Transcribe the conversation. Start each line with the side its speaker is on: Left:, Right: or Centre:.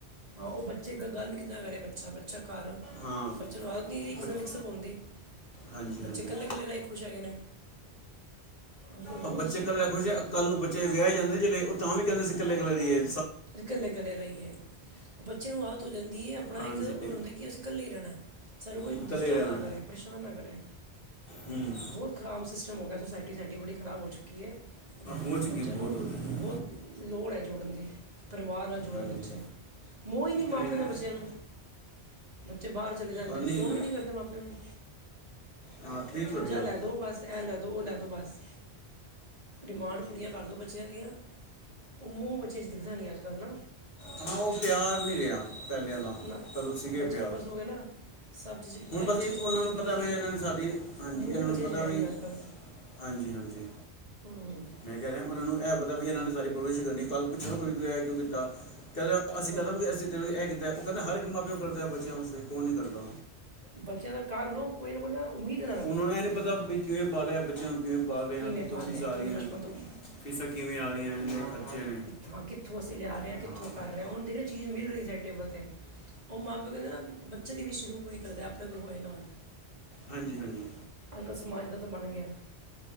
Right: ਹਾਂ ਓ ਬੱਚੇ ਗ ਗੱਲ ਵੀ ਕਿੱਦੇ ਨਾਲ ਕਰੇ ਬੱਚਾ, ਬੱਚਾ ਘਰ।
Left: ਹਾਂ
Right: ਬੱਚੇਆਂ ਨੂੰ ਆਦਤ ਨੀ ਰੀ ਕਿਸੇ
Left: ਬੱਚ-
Right: ਨਾਲ ਮਿਕਸ ਅਪ ਹੋਨ ਦੀ।
Left: ਹਾਂਜੀ
Right: ਬੱਚੇ
Left: ਹਾਂਜੀ
Right: ਕੱਲੇ-ਕੱਲੇ ਰੈ ਕੇ ਖੁਸ਼ ਹੈਗੇ ਨੇ। ਅੱਜ ਕੱਲ ਬੋਤ
Left: ਆ ਬੱਚੇ
Right: ਸਿਸਟਮ
Left: ਇਕੱਲੇ
Right: ਖਰਾਬ
Left: ਖੁਸ਼
Right: ਹੋ ਗੇਆ।
Left: ਹੈ ਕੱਲ ਨੂੰ ਬੱਚੇ ਵੇਆਏ ਜਾਂਦੇ ਜਿਲੇ ਓ ਤਾਂ ਵੀ ਕੈਂਦੇ ਅਸੀ ਕੱਲੇ ਕੱਲੇ ਰਈਏ।
Right: ਅਸੀ ਕੱਲੇ ਕੱਲੇ ਰਈਏ। ਬੱਚੇ ਨੂੰ ਆਦਤ ਹੋ ਜਾਂਦੀ ਏ ਅਪਣਾ
Left: ਹਾਂਜੀ
Right: ਇੱਕ ਓਨਾਂ ਨੂੰ ਹੁੰਦਾ ਕਿ ਅਸੀ ਕੱਲੇ ਈ ਰੈਣਾ‌ਐ। ਸਾਨੂੰ ਕੋਈ
Left: ਇਕੱਲੇ
Right: ਡਿਸਟਰਬ
Left: ਰਹਿਣਾ
Right: ਨਾ ਕਰੇ ਪਰਸ਼ਾਨ ਨਾ ਕਰੇ।
Left: ਹੂੰ
Right: ਬੋਤ ਖਰਾਬ ਸਿਸਟਮ ਹੋ ਗੇਆ, ਸੋਸਾਇਟੀ ਸਾਡੀ ਬੜੀ ਖਰਾਬ ਹੋ ਚੁੱਕੀ ਐ।
Left: ਹੋ ਚੁੱਕੀ
Right: ਬੱਚੇਆਂ
Left: ਹੈ, ਬਹੁਤ
Right: ਨੂੰ
Left: ਹੋ ਚੁੱਕੀ ਹੈ।
Right: ਬੋਤ ਲੋੜ ਐ ਜੋੜਨ ਦੀ। ਪਰਿਵਾਰ ਨਾਲ ਜੁੜਨ
Left: ਹਾਂਜੀ
Right: ਬੱਚੇ। ਮੋਹ ਈ ਨੀ ਹੈ ਮਾਂ
Left: ਠੀਕ
Right: ਪੇਓ ਨਾਲ
Left: ਹੈ
Right: ਬੱਚੇਆਂ ਨੂੰ ਬੱਚੇ ਬਾਰ ਚਲੇ ਜਾਂਦੇ
Left: ਔਰ ਨਹੀਂ
Right: ਨੇ ਫੋਨ
Left: ਰਿਹਾ
Right: ਵੀ ਨੀ ਕਰਦੇ ਮਾਂ ਪੇਓ ਨੂੰ
Left: ਹਾਂ ਠੀਕ
Right: ਚੀਜਾਂ
Left: ਤੁਹਾਡੀ ਗੱਲ
Right: ਲੈ ਦੋ ਬਸ ਐ ਲੈ ਦੋ, ਓ ਲੈ ਦੋ ਬਸ। ਡਿਮਾਂਡ ਪੂਰੀਆਂ ਕਰ ਦਓ ਬੱਚੇਆਂ ਦੀਆਂ ਉਹ ਮੋਹ ਬੱਚਿਆਂ ਦਿਖਦਾ ਨੀਂ ਅੱਜ-ਕੱਲ ਨਾ।
Left: ਹਾਂ, ਓ ਪਿਆਰ ਨੀਂ ਰੇਆ ਪੈਲੇ ਆਲਾ
Right: ਨਾ
Left: ਪੈਲੋਂ ਸੀਗੇ
Right: ਬੱਚਿਆਂ
Left: ਪਿਆਰ।
Right: ਨੂੰ ਬਸ ਹੋ ਗਿਆ ਨਾ ਸਭ ਚੀਜ਼
Left: ਹੁਣ
Right: ਪੈ-
Left: ਬਸ
Right: ਚੀਜ਼
Left: ਓਨਾਂ
Right: ਮੰਗੀ
Left: ਨੂੰ
Right: ਮਿਲ
Left: ਪਤਾ
Right: ਰਹੀ
Left: ਵੀ ਇਨਾਂ
Right: ਹੈ
Left: ਨੇ ਸਾਡੀ ਹਾਂਜੀ,
Right: ਉਹ ਮੂੰਹ
Left: ਈਂਨਾਂ
Right: ਬੱਚੇ
Left: ਨੂੰ ਪਤਾ
Right: 'ਚ ਹੈ
Left: ਵੀ
Right: ਨਹੀਂ ਅੱਜ ਕੱਲ
Left: ਹਾਂਜੀ-ਹਾਂਜੀ,
Right: ਹੂੰ
Left: ਮੈਂ ਕੈ ਰੇਆ ਓਨਾਂ ਨੂੰ ਏ ਪਤਾ ਵੀ ਇਨਾਂ ਨੇ ਸਾਰੀ ਪਰਵਰੀਸ਼ ਕਰਨੀ। ਕੱਲ੍ਹ ਪੁੱਛਣ ਗਏ ਐ ਕਿਉਂ ਕੀਤਾ ਕੈਦੇ ਅਸੀਂ
Right: ਹਾਂ
Left: ਕੈਂਦਾ ਗਏ ਅਸੀਂ ਤੇਰੇ ਲਈ ਐ ਕੀਤਾ ਓ ਕੈਂਦੇ ਹਰ ਇੱਕ ਮਾਂ ਪਿਓ ਸਭ ਕਰਦੇਂ ਬਚੇਆਂ ਵਾਸਤੇ, ਕੌਣ ਨੀਂ ਕਰਦਾ?
Right: ਬੱਚੇਆਂ ਦਾ ਘਰ ਲਉ ਕੋਈ ਨਾ ਕੋਈ ਨਾ ਉਮੀਦ ਨਾ ਰੱਖੋ
Left: ਓਨਾਂ ਨੂੰ ਐ ਨੀਂ ਪਤਾ ਵੀ ਕਿਵੇਂ ਪਾਲ ਰੇਆ ਬੱਚੇਆਂ ਨੂੰ ਕਿਵੇਂ ਪਾਲ ਰੇਆ
Right: ਕਿਵੇਂ
Left: ਕਿੱਥੋਂ
Right: ਪਾਲਿਆ
Left: ਫੀਸਾਂ ਆ
Right: ਕਿਵੇਂ
Left: ਰੀਆਂ?
Right: ਬਚਪਨ ਤੋਂ
Left: ਫੀਸਾਂ ਕਿਵੇਂ ਆ ਰੀਆਂ ਇੰਨੇ ਖਰਚੇ ਨੇ।
Right: ਹਾਂ ਕਿੱਥੋਂ ਅਸੀਂ ਲਿਆ ਰਿਆਂ,
Left: ਹਾਂ
Right: ਕਿੱਥੋਂ
Left: ਹਾਂ
Right: ਕਰ ਰੇਆਂ ਹੁਣ ਦੇਖਦੇ, ਚੀਜ ਮਿਲ ਰਹੀ ਸਾਰੀ ਟੇਬਲ 'ਤੇ। ਓ ਮਾਂ-ਪਿਓ ਕੈਂਦੇ ਨਾ ਬੱਚੇ ਦੀ ਵੀ ਸ਼ੁਰੂ ਪੂਰੀ ਕਰਦੇ ਅਪਨੇ ਕੋਲ ਹੋਏ ਨਾ ਹੋਏ।
Left: ਹਾਜੀ-ਹਾਜੀ।
Right: ਅੱਜ-ਕੱਲ ਸਮਾਜਦਾਂ ਦਾ ਤਾ ਬਣ ਗਿਆ।